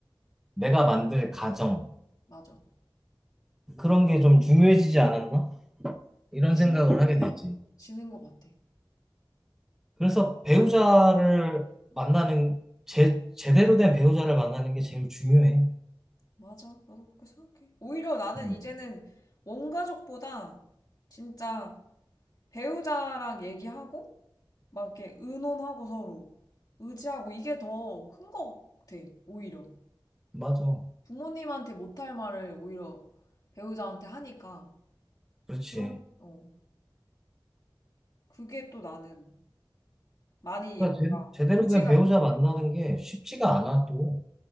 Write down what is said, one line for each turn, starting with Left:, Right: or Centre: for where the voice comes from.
Centre: 내가 만들 가정
Left: 맞아.
Centre: 그런 게 좀 중요해지지 않았나? 이런
Left: 중요해지는
Centre: 생각을 하게 됐지.
Left: 것 같아.
Centre: 그래서 배우자를 만나는 제, 제대로 된 배우자를 만나는 게 제일 중요해.
Left: 맞아. 나도 그렇게 생각해. 오히려 나는
Centre: 음,
Left: 이제는 원 가족보다 진짜 배우자랑 얘기하고 막 이렇게 의논하고 서로 의지하고 이게 더 큰 것 같아. 오히려.
Centre: 맞아.
Left: 부모님한테 못할 말을 오히려 배우자한테 하니까
Centre: 그렇지.
Left: 그런 어 그게 또 나는 많이
Centre: 그러니까
Left: 뭔가
Centre: 제, 제대로
Left: 의지가
Centre: 된 배우자
Left: 된다.
Centre: 만나는 게 쉽지가 않아 또.